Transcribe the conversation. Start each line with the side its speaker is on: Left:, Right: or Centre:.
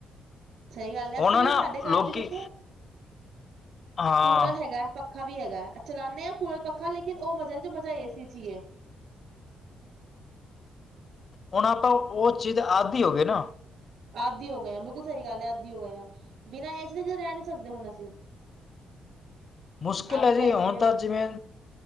Right: ਸਹੀ ਗੱਲ ਹੈ, ਅਸੀਂ
Left: ਹੁਣ
Right: ਵੀ
Left: ਨਾ
Right: ਸਾਡੇ ਘਰ
Left: ਲੋਕੀ
Right: ਵੀ ਦੇਖੋ
Left: ਹਾਂ
Right: ਕੂਲਰ ਹੈਗਾ, ਪੱਖਾ ਵੀ ਹੈਗਾ ਚਲਾਨੇ ਕੂਲਰ, ਪੱਖਾ ਲੇਕਿਨ ਉਹ ਮਜ਼ਾ ਨੀ, ਜੋ ਮਜ਼ਾ ਏਸੀ ਚ ਹੀ ਹੈ।
Left: ਹੁਣ, ਆਪਾਂ ਉਸ ਚੀਜ਼ ਦੇ ਆਦੀ ਹੋ ਗਏ ਨਾ
Right: ਆਦੀ ਹੋ ਗਏ, ਬਿਲਕੁਲ ਸਹੀ ਗੱਲ ਹੈ ਆਦੀ ਹੋ ਗਏ ਹਾਂ, ਬਿਨਾਂ ਏਸੀ ਤੋਂ ਰਹਿ ਨੀ ਰਹਿ ਸਕਦੇ ਹੁਣ, ਅਸੀਂ।
Left: ਮੁਸ਼ਕਿਲ
Right: ਆਦਤ
Left: ਹੈ ਜੀ
Right: ਪੈ ਗਈ
Left: ਹੁਣ ਤਾਂ ਜਿਵੇਂ,